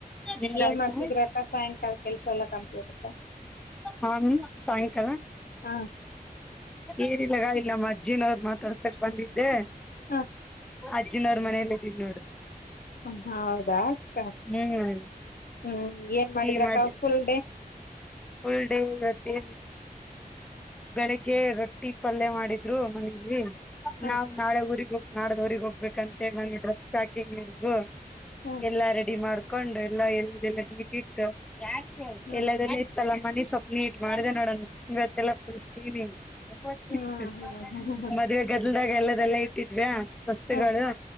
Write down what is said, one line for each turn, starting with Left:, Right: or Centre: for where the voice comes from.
Centre: ನಿಂದು
Left: ಏನ್
Centre: ಆಯ್ತಾ
Left: ಮಾಡ್ತಿದ್ರಿ ಅಕ್ಕ ಸಾಯಂಕಾಲ ಕೆಲ್ಸ ಎಲ್ಲ ಕಂಪ್ಲೀಟ್ ಅಕ್ಕ
Centre: ಹಾ ಸಾಯಂಕದ
Left: ಹ
Centre: ಏರಿಲ್ಲ ನಮ್ಮ ಅಜ್ಜಿನವ್ರರು ಮಾತ್ಡಾಸಕ್ಕೆ ಬಂದಿದ್ದೆ
Left: ಹ
Centre: ಅಜ್ಜಿನರ್ ಮನೆಯಲ್ಲಿ ತಿನ್ನೋಡು.
Left: ಹ ಹೌದಾಯತಾ.
Centre: ಹ್ಮ್
Left: ಹ್ಮ್. ಏನ್ ಮಾಡಿದ್ರಕ್ಕ
Centre: ಟೀ ಮಾಡಿ
Left: ಫುಲ್ ಡೇ.
Centre: ಫುಲ್ ಡೇ ಇರುತ್ತೆ ಬೆಳಿಗ್ಗೆ ರೊಟ್ಟಿ ಪಲ್ಯ ಮಾಡಿದ್ರು ಮನೇೆಯಲ್ಲಿ.
Left: ಹ
Centre: ನಾವು ನಾಳೆ ಊರಿಗೆ ಹೋಗ. ನಾಡದವ್ರಿಗೆ ಹೋಗಬೇಕಂತೇಳಿ ನನಗೆ ಡ್ರೆಸ್ ಪ್ಯಾಕಿಂಗ್ ಹಡ್ದು.
Left: ಹ್ಮ
Centre: ಎಲ್ಲಾ ರೆಡಿ ಮಾಡ್. ಹ ಕೊಂಡು ಎಲ್ಲಾ ಎಲ್ಲದೆಲ್ಲ ನೀಟ್ಟ ಇಟ್ಟ ಯಾರಿಗಿ ಕೇಳ
Left: ಹ್ಮ್
Centre: ಎಲ್ಲ ಇತ್ತಲ್ಲ ಮನಿ ಸಪ್ನೀಟ್ ಮಾಡ್ದೆ ನೋಡಂಗ ಇವತ್ತೆಲ್ಲ ಫುಲ್ ಕ್ಲೀನಿಂಗ್. <unintelligible>
Left: ಹ್ಮ್ ಹ್ಮ್ ಹ್ಮ್ ಹ್ಮ್
Centre: ಮದ್ವೆ ಗದ್ದಲ ಅಂದಾಗ್ ಎಲ್ಲದಲ್ಲೇ ಇಟ್ಟಿದ್ವ್ಯಾ? ರಸ್ತೆಗಳು,
Left: ಹ್ಮ್